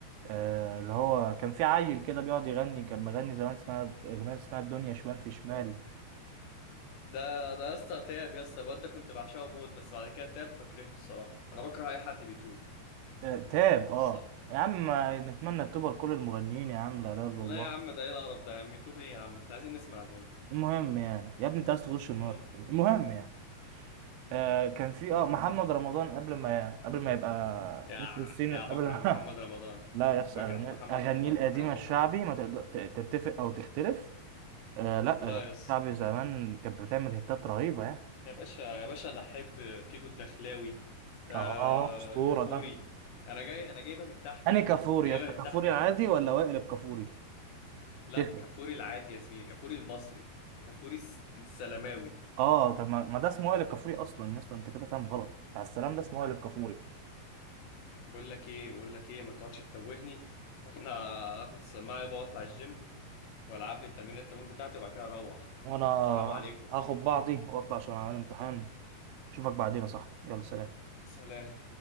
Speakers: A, on the right; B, on the left.
A: آه، اللي هو كان في عيل كده بيقعد يغني كان مغني زمان اسمها اغنيه اسمها الدنيا شمال في شمال
B: ده ده يا اسطى تاب يا اسطى الواد ده كنت بعشقه موت بس بعد كده تاب فكرهته الصراحه انا بكره اي حد بيتوب
A: آه، تاب اه
B: الصراحة.
A: يا عم نتمنى التوبه لكل المغنيين يا عم لا اله الا
B: لا
A: الله
B: يا عم ده ايه القرف ده يا عم يتوب ايه يا عم احنا عايزين نسمع اغاني
A: المهم يعني يا ابني انت عايز تخش النار
B: امم
A: المهم يعني آه كان في اه محمد رمضان قبل ما قبل ما يبقى
B: يا
A: نسر الصين
B: يا
A: قبل
B: بكره
A: <laughs> ما
B: محمد رمضان
A: لا يس
B: بكره
A: اغانيه
B: محمد
A: اغانيه
B: رمضان
A: القديمه
B: بكرهه
A: الشعبي
B: بكرهه
A: ما تقدر ت- تتفق او تختلف آه لا
B: لا
A: اغاني
B: يا اسطى
A: الشعبي زمان كانت بتعمل هيتات رهيبه يعني
B: يا باشا يا باشا انا احب فيجو الدخلاوي آه
A: اه اسطوره
B: كفوري
A: ده
B: انا جاي انا جايبها من تحت
A: انهي
B: يا
A: كفوري
B: ابني انا
A: يا
B: جايبها
A: اسطى كفوري
B: من تحت يا
A: العادي
B: ابني.
A: ولا وائل الكفوري
B: لا
A: تفرق
B: كفوري العادي يا زميلي كفوري المصري كفوري الس- السلماوي
A: اه طب ما ما ده اسمه وائل الكفوري اصلا يا اسطى انت كده فاهم غلط بتاع السلام ده اسمه وائل الكفوري
B: بقول لك ايه بقول لك ايه ما تقعدش تتوهني <laughs> انا هاخد السماعه يابا واطلع الجيم والعب لي التمرين التمرين بتاعتي وبعد كده اروح
A: وانا هاخ-
B: السلام عليكم
A: هاخد بعضي واطلع عشان اعمل امتحان اشوفك بعدين يا صاحبي يلا سلام
B: سلام